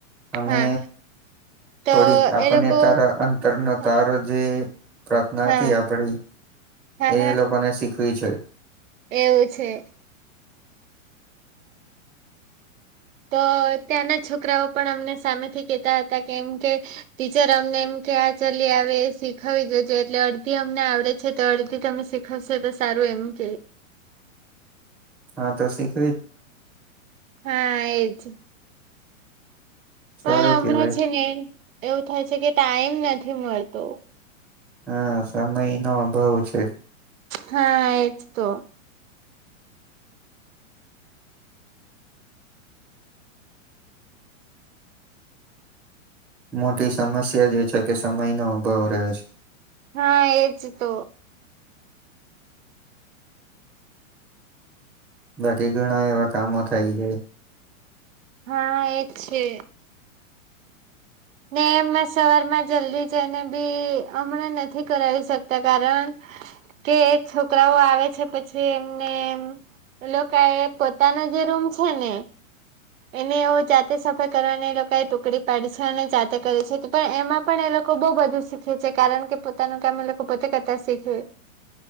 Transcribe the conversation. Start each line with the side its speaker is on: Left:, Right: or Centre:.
Centre: અમે
Right: હા. તો
Centre: થોડી આપને
Right: એ લોકો
Centre: તારા અંતરનો
Right: હા
Centre: તારો જે પ્રાર્થના
Right: હા
Centre: હતી આપડી એ
Right: હા
Centre: લોકોને શીખવી છે.
Right: એવું છે.
Centre: <inaudible>
Right: તો ત્યાંના છોકરાઓ પણ અમને સામેથી કેતા હતા કેમ કે ટીચર અમને એમ કે હા ચલી આવે શીખાવી દેજો એટલે અડધી અમને આવડે છે તો અડધી તમે શીખ હશે તો સારું એમ કે
Centre: હા તો શી
Right: હા એજ
Centre: સારું
Right: પણ હમણાં
Centre: કેવાય
Right: છે ને એવું થાય છે કે ટાઈમ નથી મળતો
Centre: હા સમય નો અભાવ છે.
Right: હા એજ તો
Centre: મોટી સમસ્યા એજ છે કે સમય નો અભાવ રહે છે.
Right: હા એજ તો
Centre: બાકી ઘણા એવા કામો થાય જાય
Right: હા એ જ છે. ને એમાં સવારમાં જલ્દી જઈને બી હમણાં નથી કરાવી શકતા કારણ કે છોકરાઓ આવે છે પછી એમને એમ એ લોકો એ પોતાનો જે રૂમ છે ને એને એવુ જાતે સફાય કરવાની એ લોકો એ ટુકડી પાડી છે અને જાતે કરે છે પણ એમાં પણ એ લોકો બોવ બધું શીખે છે કારણ કે પોતાનું કામ એ લોકો પોતે કરતા શીખે